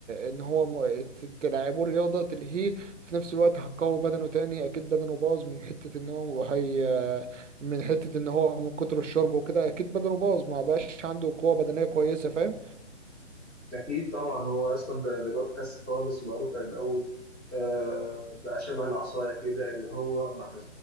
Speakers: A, on the right (about 80°); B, in the centre.
A: ان هو م- تلعبه رياضه تلهيه في نفس الوقت هتقوي بدنه تاني اكيد بدنه باظ من حتة ان هو هي من حتة ان هو من كتر الشرب وكده اكيد بدنه باظ ما بقاش عنده قوة بدنية كويسة فاهم
B: أكيد طبعا هو أصلا ده ده بودكاست خالص وبقى رفع العود آه بقى شبه العصاية كده اللي هو ما احنا